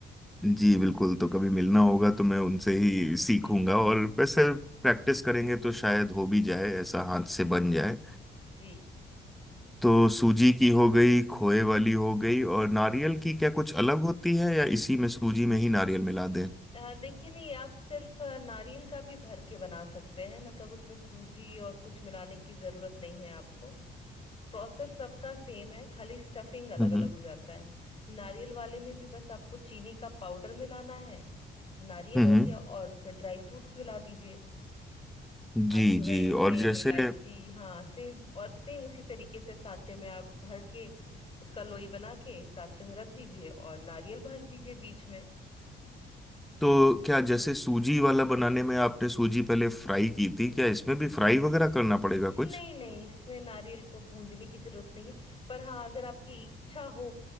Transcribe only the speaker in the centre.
जी बिल्कुल तो कभी मिलना होगा तो मैं उनसे ही
सीखूंगा और
वैसे प्रैक्टिस करेंगे तो शायद हो भी जाए ऐसा हाथ
से बन जाए
तो सूजी की हो गई खोए वाली हो गई और नारियल
की क्या कुछ अलग होती है या इसी में सूजी में ही नारियल मिला दें
हम्म
हम्म
जी
जी
और जैसे
तो क्या जैसे सूजी वाला बनाने में आपने सूजी पहले फ्राई की थी क्या इसमें
भी फ्राई वगैरह करना पड़ेगा
कुछ